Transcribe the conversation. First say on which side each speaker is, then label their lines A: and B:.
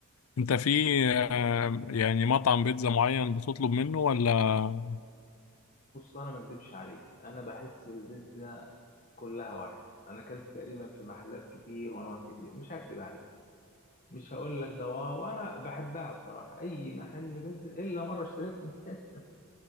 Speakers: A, on the left; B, on the left.
A: انت في آه، يعني مطعم بيتزا معين بتطلب منه ولا
B: انا ما اكدبش عليك انا بحس البيتزا كلها واحد انا اكلت تقريبا في محلات كتير وانواع كتير مش هكدب عليك مش هقول لك ده واو انا بحبها بصراحه اي محل بيتزا الا مره اشتريت من- <laughs>